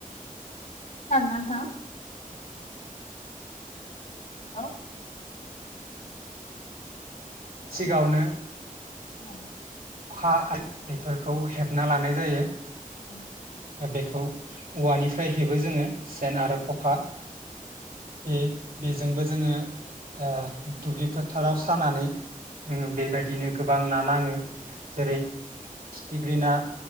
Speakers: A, on the left; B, on the right.
A: खोनादोंना नोंथां? हेलौ।
B: <inaudible> सिगाङावनो
A: औ।
B: खा बेफोरखौ हेबना लानाय जायो।
A: औ।
B: दा बेखौ औवानिफ्राय हेबो जोङो। सेन आरो ख'खा बे बेजोंबो जोङो ओ दुब्लि फोथाराव सानानै जोङो बेबायदिनो गोबां ना नाङो जेरै फिथिग्रि ना,